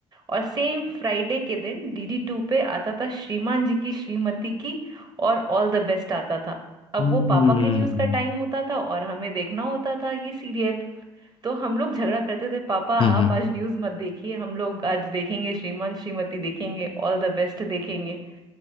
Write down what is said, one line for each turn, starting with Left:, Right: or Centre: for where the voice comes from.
Right: और सेम फ्राइडे के दिन डीडी टू पे आता था श्रीमान जी की श्रीमती की और ऑल द बेस्ट आता था अब
Left: हम्म
Right: वो पापा
Left: हम्म
Right: के न्यूज़ का टाइम होता था और हमें देखना होता था ये सीरियल तो हम लोग झगड़ा करते थे पापा आप
Left: हम्म
Right: आज न्यूज़ मत देखिए हम लोग आज देखेंगे श्रीमान श्रीमती देखेंगे ऑल द बेस्ट देखेंगे